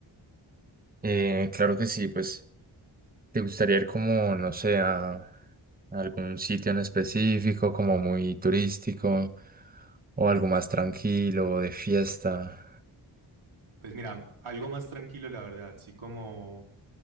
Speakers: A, on the right (about 20°); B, on the right (about 85°).
A: Eh, claro que sí, pues, ¿te gustaría ir como, no sé, a, a algún sitio en específico, como muy turístico, o algo más tranquilo, de fiesta?
B: Pues mira, algo más tranquilo, la verdad, sí como